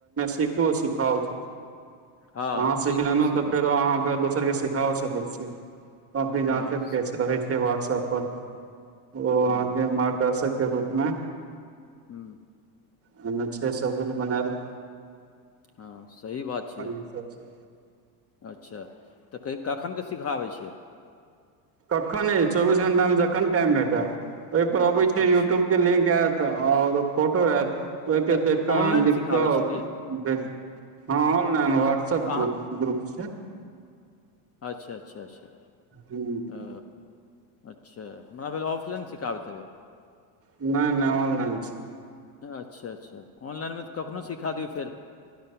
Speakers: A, on the right; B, on the left.
A: सिख सिखा
B: हँ
A: अहाँ
B: सीखू
A: सिख लेलहु
B: सीखब
A: तऽ फेरो आहाँ दोसर के सिखा सकैत छी कॉी
B: हँ
A: जह रहै छय व्हाट्सएप पर ओ अहाँ
B: हूँ
A: के मार्गदर्शक के रूप में
B: हूँ
A: ओहिमे छय सबकिछु बनायल
B: हँ सही बात छियै
A: ह छय
B: अच्छा तऽ कय कखनके सीखाबै छियै
A: कखन चौबीस घंटा में जखन टाइम भेटै ओहि पर अबै छै
B: अच्छा
A: यूट्यूब के लिंक आयत ओर फोटो आयत ओहि
B: तऽ
A: के देख क
B: ऑनलाइन
A: अहाँ लिख
B: सिखाबै
A: क
B: छी की
A: भेज हं ऑनलाइन व सब
B: तऽ अहाँ
A: ग्रु ग्रुप छय
B: अच्छा अच्छा अच्छा
A: हूँ
B: ओ अच्छा हमरा भेल ऑफलाइन सिखाबैत हेबइ
A: नय नय ऑनलाइन से
B: अच्छा अच्छा ऑनलाइन में तऽ कखनो सिखा दियउ फेर